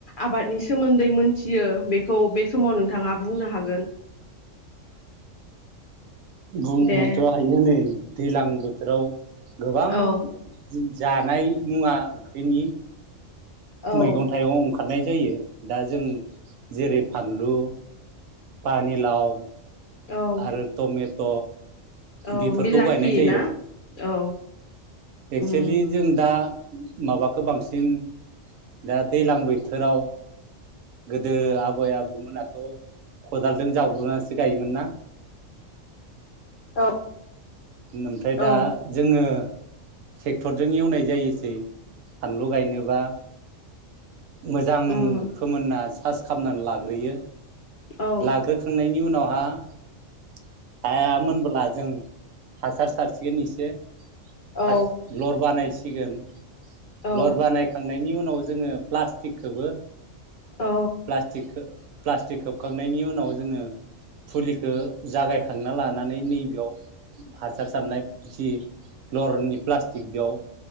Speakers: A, on the left (about 65°); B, on the right (about 80°).
A: आबादनि सोमोन्दै मोनथियो बेखौ बे समाव नोंथाङा बुंनो हागोन
B: बुंनोथ'
A: दे
B: हायो नै दैलां बोथोराव गोबां
A: औ
B: जानाय मुवा ओंख्रिनि
A: औ
B: मैगं थाइगं ओंख्रि खारनाय जायो दा जों जेरै फानलु पानि लाउ
A: औ
B: आरो टमेथ'
A: औ
B: बेफोरखौ
A: बिलाहि
B: गायनाय जायो
A: ना औ
B: एक्स'लि
A: उम
B: जों दा माबाखौ बांसिन दा दैज्लां बोथोराव गोदो आबै आबौमोनाथ' खदालजों जावग्रोनानैसो गायोमोन ना
A: औ
B: ओमफ्राय दा
A: औ
B: जोङो। ट्रेक्टरजों एवनाय जायोसै फानलु गायनोबा मोजां
A: उम
B: फोमोनना सार्स खालामनानै लाग्रोयो।
A: औ
B: लाग्रोखांनायनि उनावहा <unintelligible> हायामोनबोला जों हासार सारसिगोन एसे
A: औ
B: <unintelligible> लर बा नै सिगोन
A: औ
B: लर बानायखांनाय बेनि उनाव जोङो प्लास्टिकखौबो
A: औ
B: प्लास्टिक प्लास्टिक खोबखांनायनि उनाव जोङो फुलिखौ जागायखांना लानानै नैबेयाव हासार सारनाय जि फ्लरनि प्लास्टिक बेयाव